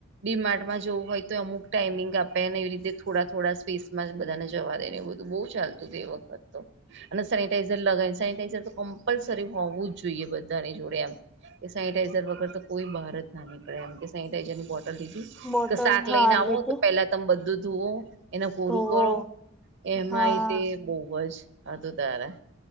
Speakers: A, on the right; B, in the centre.
A: ડીમાર્ટમાં જવું હોય તો અમુક ટાઈમિંગ આપે ને એવી રીતે થોડા થોડા સ્પેસમાં બધાને જવા દે એ બધું બહુ. ચાલતું તે એ વખત તો. અને સેનિટાઈઝર લગાવ સેનિટાઈઝર તો કમ્પલસરી હોવું જ જોઈએ બધાની જોડે એમ. કે સેનિટાાઈઝર વગર તો કોઈ બહાર જ ના નીકળે એમ કે. સેટાઈઝર ની બોટલ લીધી
B: બોટલ
A: કે શાક
B: હા
A: લઈને આવો
B: લીધું
A: તો પેલા તમે બધું ધોવો. એના પૂરું
B: ધોવો
A: કરો એમાં
B: હા
A: એતે બહુ જ હતું તારા.